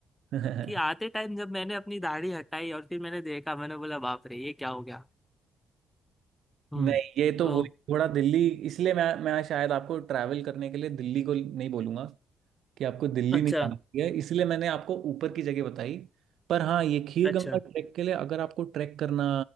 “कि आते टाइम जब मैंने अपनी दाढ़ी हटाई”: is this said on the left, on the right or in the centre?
Centre